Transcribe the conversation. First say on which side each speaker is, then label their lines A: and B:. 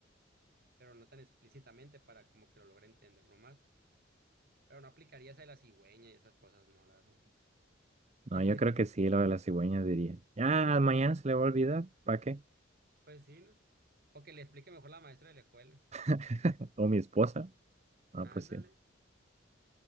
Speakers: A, on the right; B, on the right.
A: pero no tan explícitamente para como que lo logre entender nomás. Pero no aplicaría esa de la cigüeña y esas cosas, no, la verdad.
B: No,
A: <laughs>
B: yo creo que sí, lo de las cigüeñas diría. Ya, mañana se le va a olvidar. ¿Para qué?
A: Pues sí, ¿no? O que le explique mejor la maestra de la escuela.
B: <laughs> O mi esposa. Ah,
A: Ándale.
B: pues sí.